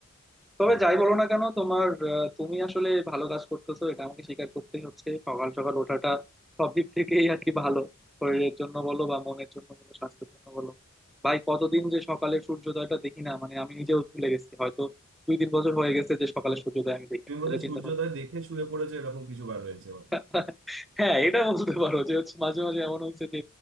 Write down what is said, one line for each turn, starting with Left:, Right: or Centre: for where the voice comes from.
Centre: তবে
Right: হ্যাঁ
Centre: যাই বলো না কেন তোমার আহ, তুমি আসলে ভালো কাজ করতেছো এটা আমাকে স্বীকার করতেই হচ্ছে সকাল সকাল ওঠাটা সব দিক থেকেই আর কি ভালো শরীরের জন্য বলো বা মনের জন্য বলো স্বাস্থ্যের জন্য বলো ভাই কতদিন যে সকালে সূর্যোদয়টা দেখি না মানে আমি নিজেও ভুলে গেছি হয়তো দুই তিন বছর হয়ে গেছে যে সকালে সূর্যোদয় আমি দেখি
Right: তুমি
Centre: না
Right: বোধহয়
Centre: তাহলে চিন্তা
Right: সূর্যোদয়
Centre: করো
Right: দেখে শুয়ে পড়েছো এরকম কিছু বার হয়েছে বলো।
Centre: <laughs> হ্যাঁ এটা বলতে পারো যে হচ্ছে মাঝে মাঝে এমন হয়েছে যে